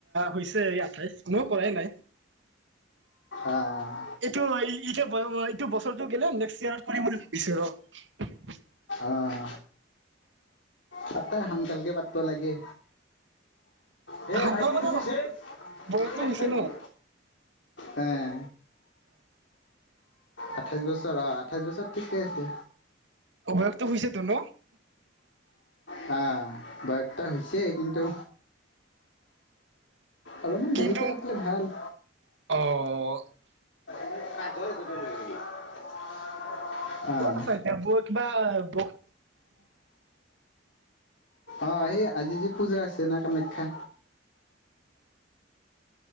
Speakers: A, on the right; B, on the left.
A: হৈছে এই আঠাইশ মই কৰাই নাই
B: আহ
A: এইটো এইটো এইটো বস্ত নেক্স ইয়েৰট মই ভাবিছো ৰ
B: আঁহ পাতাই সানকালকে পাতব লাগে। হে
A: শংকৰ
B: ভাইটি
A: মানে
B: তুমি তে,।
A: বয়সটো
B: এই
A: হৈছে
B: ভাইটি
A: ন
B: হেঁ। আঠাইছ বছৰ আঁ আঠাইছ বছৰত ঠিকে আছে।
A: বয়সটো হৈছেতো ন!
B: হা বয়সটা হৈছে কিন্তু অলপমান
A: কিন্তু
B: দেৰিকে পাতিলে ভাল।
A: অ'।
B: <unintelligible> আহ
A: কত আছা এতিয়া ব কিবা ব
B: আহ, সেই আজি যে পূজা আছে না কামাখ্যা।